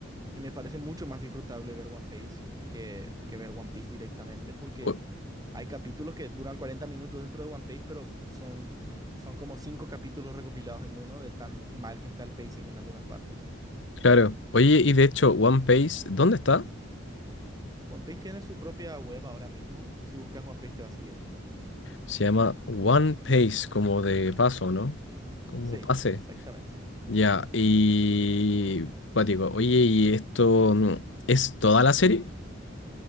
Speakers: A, on the right; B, on the left.
A: y me parece mucho más disfrutable ver One Piece que, que ver One Piece directamente porque...
B: o-
A: Hay capítulos que duran 40 minutos dentro de One Piece, pero son, pf, son como cinco capítulos recopilados en uno de tan mal que está el pacing en algunas partes.
B: claro. Oye, y de hecho, One Piece, ¿dónde está?
A: One Piece tiene su propia web ahora mismo. Si buscas One Piece te va a salir.
B: Se llama One Pace, como de paso, ¿no? Como
A: Sí,
B: pase.
A: exactamente.
B: Ya, y... Cuático, oye, ¿y esto mm, es toda la serie?